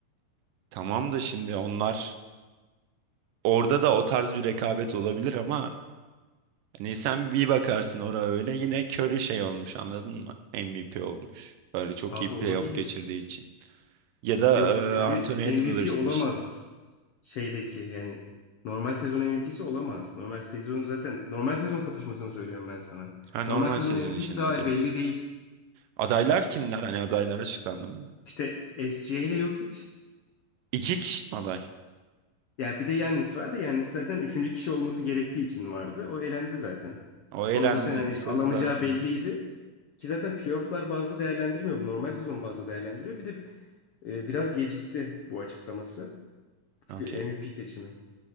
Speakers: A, on the right; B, on the left.
A: Tamam da şimdi onlar orada da o tarz bir rekabet olabilir ama Hani sen bir bakarsın oraya öyle yine Curry şey olmuş anladın mı? MVP olmuş. Böyle çok
B: Abi
A: iyi playoff
B: olabilir.
A: geçirdiği için. Ya da
B: Yok
A: e,
B: Curry
A: Anthony
B: MVP
A: Edwards
B: olamaz
A: işte.
B: şeydeki yani normal sezon MVP'si olamaz. Normal sezon zaten normal sezon kapışmasını söylüyorum ben sana.
A: Ha, normal
B: Normal sezon
A: sezon
B: MVP'si
A: için
B: daha
A: okey.
B: belli değil.
A: Adaylar kimler? Hani adaylar açıklandı mı?
B: İşte SGA ile Jokic
A: İki kişi mi aday?
B: Ya bir de Yannis var da Yannis zaten üçüncü kişi olması gerektiği için vardı. O elendi zaten.
A: O elendiyse
B: O zaten hani alamayacağı
A: zaten
B: belliydi. Ki zaten playofflar bazı değerlendirmiyor. bu Normal sezon bazı değerlendiriyor. Bir de e, biraz gecikti bu açıklaması. F-
A: okey.
B: MVP seçimi.